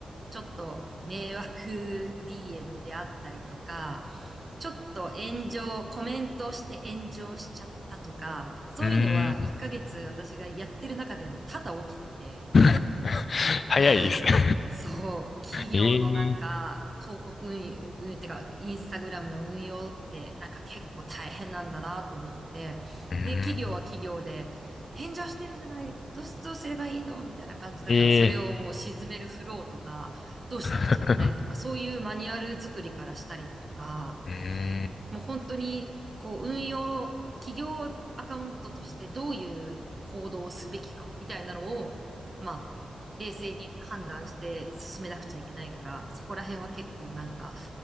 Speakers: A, on the right; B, on the left.
A: ちょっと迷惑 DM であったりとか、ちょっと炎上、コメントして炎上しちゃったとか、そういうのは1ヶ月私がやってる中でも多々起きてて、
B: うん、うーん。<laughs> 早いです。
A: わあ、
B: <laughs>
A: そう、企業のなんか、
B: えー、
A: 広告運輸、運輸ってか、インスタグラムの運用って、なんか結構大変なんだなと思って、
B: うん、
A: で、企業は企業で、炎上してるじゃない、どうす、どうすればいいのみたいな感じだから、
B: ええ
A: それをもう沈めるフローとか、どうしなくちゃいけないとか、
B: <laughs>
A: そういうマニュアル作りからしたりだとか、
B: うーん。
A: もう本当に、こう、運用、企業アカウントとしてどういう行動をすべきか、みたいなのを、まあ、冷静に判断して進めなくちゃいけないから、そこら辺は結構なんか、